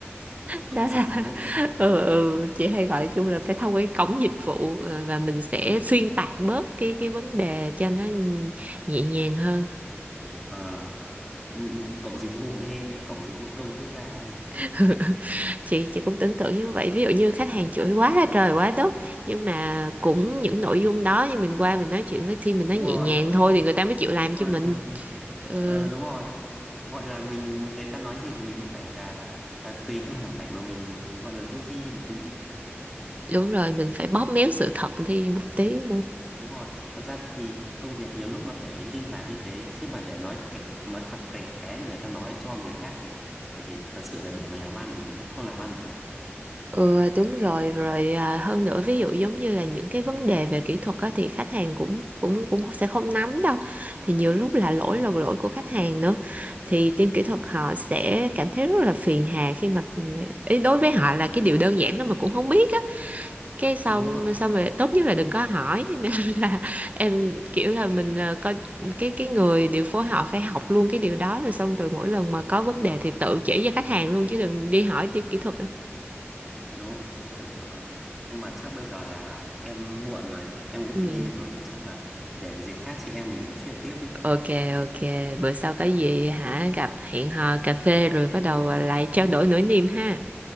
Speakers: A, on the right; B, in the centre.
A: đó
B: Cổng dịch
A: là
B: vụ. À,
A: <laughs> ừ, ừ, chị hay gọi chung là phải thông qua cái cổng dịch vụ ờ, và mình sẽ
B: à.
A: xuyên tạc bớt cái cái vấn đề cho nó nhẹ nhàng hơn
B: ờ. Ừ, Cổng dịch vụ nghe như cổng dịch vụ công quốc gia ấy nhỉ.
A: <laughs> chị chị cũng tưởng tượng như vậy ví dụ như khách hàng chửi quá trời quá đất nhưng mà cũng những nội dung đó như mình qua mình nói chuyện với team mình nói
B: đúng
A: nhẹ
B: rồi
A: nhàng thôi thì người ta mới chịu làm cho
B: ngoài
A: mình ừ,
B: ờ, đúng rồi gọi là mình người ta nói gì thì mình cũng phải là à, tùy theo hoàn cảnh mà mình gọi là du di đi một tí
A: đúng rồi mình phải bóp méo sự thật đi một tí
B: đúng rồi thật ra thì công việc nhiều lúc nó phải linh hoạt như thế chứ mà để nói thẳng nói thẳng tẹt cái mà người ta nói cho người khác thì thì thật sự là để mà làm ăn thì cũng không làm ăn được
A: Ừ đúng rồi rồi à, hơn nữa ví dụ giống như là những cái vấn đề về kỹ thuật á, thì khách hàng cũng cũng cũng sẽ không nắm đâu thì nhiều lúc là lỗi
B: đúng rồi,
A: là lỗi của khách hàng nữa thì team kỹ thuật họ sẽ cảm thấy rất là phiền hà khi mà ý đối với họ là cái điều đơn giản đó mà cũng không biết á cái xong
B: đúng rồi
A: xong rồi tốt nhất là đừng có hỏi <laughs> nên là em kiểu là mình à, coi cái cái người điều phối họ phải học luôn cái điều đó rồi xong rồi mỗi lần mà có vấn
B: vâng
A: đề thì tự chỉ cho khách hàng luôn chứ đừng đi hỏi team kỹ thuật nữa.
B: đúng rồi cái kiểu kiểu vậy nhưng mà chắc bây giờ là em muộn rồi em cũng
A: Ừ.
B: phải đi rồi thì chắc là để dịp khác chị em mình nói chuyện tiếp nhé
A: Ok ok, bữa sau có gì hả gặp hẹn hò cà phê rồi bắt đầu lại trao đổi nỗi niềm ha.